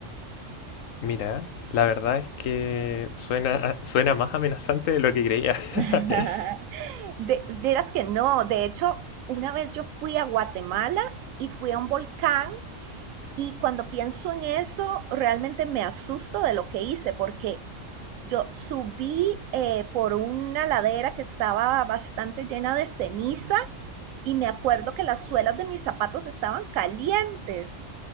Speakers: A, on the left (about 80°); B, on the right (about 85°).
A: Mira, la verdad es que suena, <laughs> suena más amenazante de lo que creía.
B: <laughs>
A: <laughs>
B: De, verás que no, de hecho, una vez yo fui a Guatemala y fui a un volcán y cuando pienso en eso, realmente me asusto de lo que hice porque yo subí eh, por una ladera que estaba bastante llena de ceniza y me acuerdo que las suelas de mis zapatos estaban calientes.